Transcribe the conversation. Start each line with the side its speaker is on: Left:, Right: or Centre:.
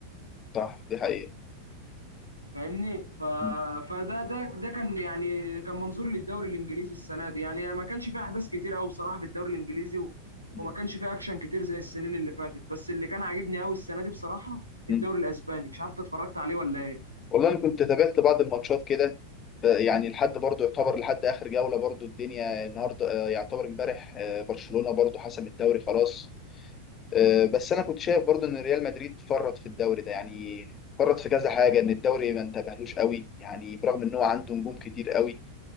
Left: صح دي حقيقة
Right: فاهمني ف...
Left: مم.
Right: فده ده ده كان يعني كان منظوري للدوري الانجليزي السنه دي يعني ما كانش فيه احداث كتير قوي بصراحه في الدوري الانجليزي و...
Left: مم.
Right: وما كانش فيه اكشن كتير زي السنين اللي فاتت بس اللي كان عاجبني قوي السنه دي بصراحه
Left: مم.
Right: الدوري الاسباني مش عارف إنت اتفرجت عليه ولا ايه
Left: والله أنا كنت تابعت بعض الماتشات كده ف- يعني لحد برضه يعتبر لحد آخر جولة برضه الدنيا النهاردة آه، يعتبر امبارح آه، برشلونة برضه حسم الدوري خلاص آه، بس أنا كنت شايف برضه إن ريال مدريد فرط في الدوري ده يعني فرط في كذا حاجة إن الدوري ما انتبهلوش قوي يعني برغم إن هو عنده نجوم كتير قوي